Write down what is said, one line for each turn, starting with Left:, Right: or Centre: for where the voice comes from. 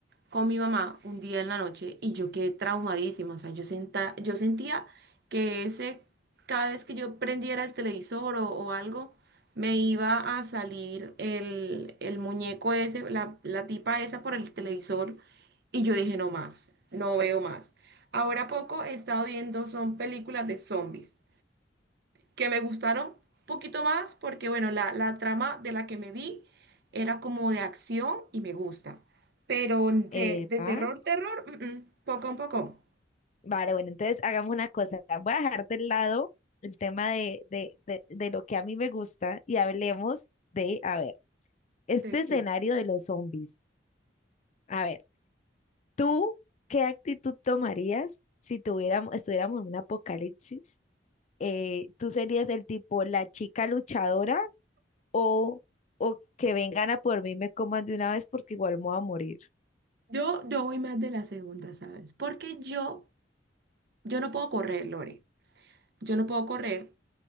Right: con mi mamá un día en la noche y yo quedé traumadísima. O sea, yo, senta, yo sentía que ese, cada vez que yo prendiera el televisor o, o algo, me iba a salir el, el muñeco ese, la, la tipa esa por el televisor y yo dije, no más, no veo más. Ahora poco he estado viendo son películas de zombies que me gustaron un poquito más porque, bueno, la, la trama de la que me vi era como de acción y me gusta, pero de,
Left: Epa.
Right: de terror, terror, mm, mm, poco a poco.
Left: Vale, bueno, entonces hagamos una cosa. Voy a dejar de lado el tema de, de, de, de lo que a mí me gusta y hablemos de, a ver, este
Right: ¿De
Left: escenario
Right: qué?
Left: de los zombies. A ver, ¿tú qué actitud tomarías si tuviéramos, estuviéramos en un apocalipsis? Eh, ¿tú serías el tipo, la chica luchadora o, o que vengan a por mí y me coman de una vez porque igual me voy a morir?
Right: Yo, yo voy más de la segunda, ¿sabes? Porque yo, yo no puedo correr, Lore. Yo no puedo correr